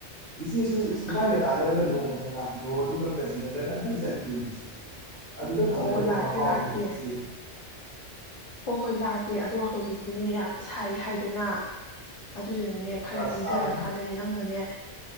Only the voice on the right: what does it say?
ꯏꯆꯦꯁꯨ
ꯏꯕꯥꯏꯒ
ꯇꯥꯟꯅꯔꯒ ꯅꯣꯡꯃꯇꯪ ꯂꯥꯛ ꯑꯗꯨꯒ ꯀꯥꯖꯤꯔꯪꯒꯗ ꯑꯃꯨꯛꯇꯪ ꯆꯠꯄꯤꯌꯨ ꯏꯆꯦ ꯑꯗꯨꯗ ꯐꯪꯒꯗꯕ
ꯃꯍꯥꯎꯗꯨ
ꯏꯆꯦ
ꯑ ꯁꯥꯕꯗꯤ
ꯀꯩꯁꯨ